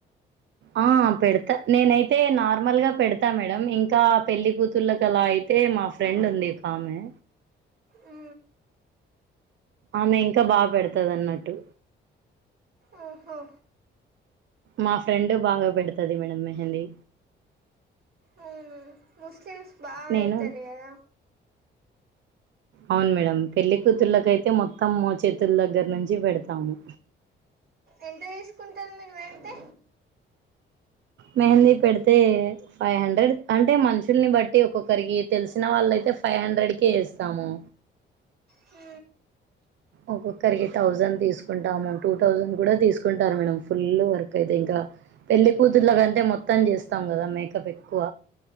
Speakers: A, on the right; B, on the right.
A: ఆ పెడ్తా నేనైతే నార్మల్గా పెడతా మేడం ఇంకా పెళ్లి కూతుళ్ళకాలా అయితే మా ఫ్రెండ్ ఉంది ఓకామే
B: ఆ
A: ఆమె ఇంకా బాగా పెడతది అన్నట్టు
B: ఓహో
A: మా ఫ్రెండ్ బాగా పెడతది మేడం మెహెందీ
B: ఓ ముస్లిమ్స్ బా పేడ్తది
A: నేను
B: కదా
A: అవును మేడం పెళ్లి కూతుళ్ళకైతే మొత్తం మో చేతుల దగ్గర నుంచి పెడతాము.
B: ఎంత తీసుకుంటారు మీరు పెడితె
A: మెహెందీ పెడితే ఫై హండ్రెడ్ అంటే మన్ష్ షుల్ని బట్టి ఒక్కొక్కరికి తెలిసిన వాళ్ళయితే ఫై హండ్రెడ్ కీ ఏస్తాము.
B: హు
A: ఒక్కొక్కరికి థౌసండ్ తీసుకుంటాము టూ థౌజండ్ కూడా తీసుకుంటారు మేడం ఫుల్ వర్క్ అయితే ఇంకా పెళ్లి కూతుర్ల గంటే మొత్తం చేస్తాం కదా మేకప్ ఎక్కువ